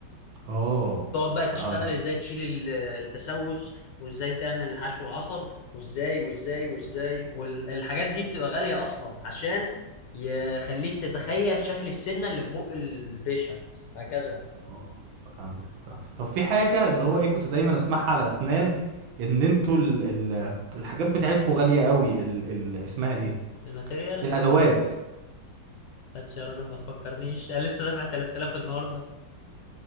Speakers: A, on the right (about 80°); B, on the left (about 70°).
A: اه
B: تقعد بقى تشتغل
A: فهمتك
B: ازاي تشيل ال- التسوس وازاي تعمل حشو العصب وازاي والازاي والازاي والحاجات دي بتبقى غالية اصلا عشان يخليك تتخيل شكل السنة اللي في بق البيشنت وهكذا
A: اه فهمتك فهم. طب في حاجه اللي هو ايه كنت دايما اسمعها على اسنان ان انتوا ال ال الحاجات بتاعتكوا غاليه قوي ال ال اسمها ايه
B: الماتيريال
A: الادوات
B: بس يا راجل ما تفكرنيش انا لسه دافع 3000 النهارده